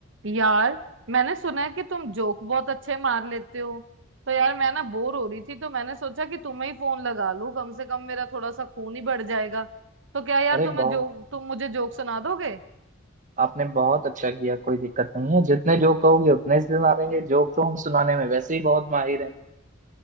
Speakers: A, on the right; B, on the right.
A: यार मैंने सुना है कि तुम जोक बहुत अच्छे मार लेते हो तो यार मैं ना बोर हो रही थी तो मैंने सोचा कि तुम्हें ही फोन लगा लूं कम से कम मेरा थोड़ा सा खून ही बढ़ जाएगा तो क्या यार
B: अरे
A: तुम्हें
B: बहुत
A: जोक तुम मुझे जोक सुना दोगे
B: आपने बहुत अच्छा किया कोई दिक्कत नहीं है जितने जोक कहोगे उतने ही सुना देंगे जोक तो हम सुनाने में वैसे ही बहुत माहिर हैं